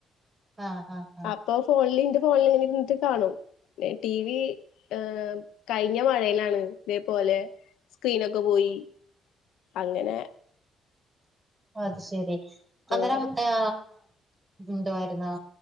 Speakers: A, on the right (about 20°); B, on the left (about 90°).
A: ആഹ ആഹ
B: അപ്പൊ ഫോണിൽ ഇന്റെ ഫോണിൽ ഇ ഇൻകിട്ട് കാണും. ദേ ടി വി ഏ കഴിഞ്ഞ മഴയിലാണ് ഇതേപോലെ സ്ക്രീനൊക്കെ പോയി അങ്ങനെ.
A: അത് ശരി അന്നേരം
B: ഉം
A: ആഹ.. എന്തുവായിരുന്നു